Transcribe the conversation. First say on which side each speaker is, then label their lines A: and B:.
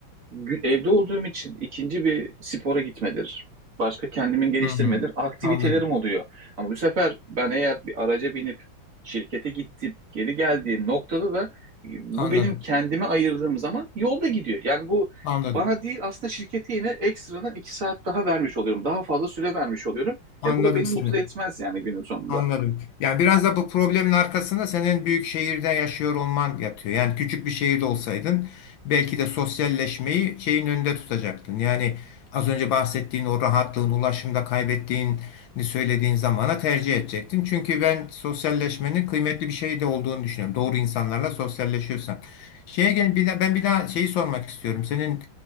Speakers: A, on the right; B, on the left.
A: gü- evde olduğum için ikinci bir spora gitmedir. Başka kendimi geliştirmedir.
B: Hmm,
A: Aktivitelerim
B: anladım.
A: oluyor. Ama bu sefer ben eğer bir araca binip şirkete gittim, geri geldiğim noktada da e, bu
B: Anladım.
A: benim kendime ayırdığım zaman yolda gidiyor. Yani bu
B: Anladım.
A: bana değil aslında şirkete yine ekstradan iki saat daha vermiş oluyorum. Daha fazla süre vermiş oluyorum.
B: Anladım
A: Ya bu da beni
B: seni.
A: mutlu etmez yani günün sonunda.
B: Anladım. Yani biraz da bu problemin arkasında senin büyük şehirde yaşıyor olman yatıyor. Yani küçük bir şehirde olsaydın belki de sosyalleşmeyi şeyin önünde tutacaktın. Yani az önce bahsettiğin o rahatlığın, ulaşımda kaybettiğin Hani söylediğin zamana tercih edecektin. Çünkü ben sosyalleşmenin kıymetli bir şey de olduğunu düşünüyorum. Doğru insanlarla sosyalleşiyorsan. Şeye gelin bir daha, ben bir daha şeyi sormak istiyorum. Senin